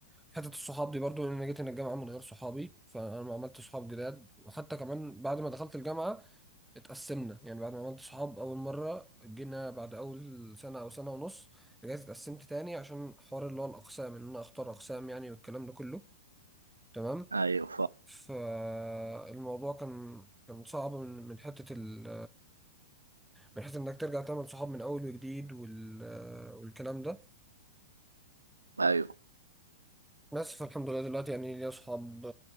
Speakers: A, in the centre; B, on the right.
A: حته الصحاب دي برضو إن انا جيت هنا الجامعه من غير صحابي فانا ما عملت صحاب جداد وحتى كمان بعد ما دخلت الجامعه اتقسمنا يعني بعد ما عملت صحاب اول مره جينا بعد اول سنه او سنه ونص رجعت اتقسمت تاني عشان حوار اللي هو الاقسام ان انا اختار اقسام يعني والكلام ده كله تمام
B: ايوه فاهم
A: فالموضوع كان كان صعب من من حتة ال من حتة إنك ترجع تعمل صحاب من أول وجديد وال والكلام ده
B: ايوه
A: بس فالحمد لله دلوقتي يعني ليا صحاب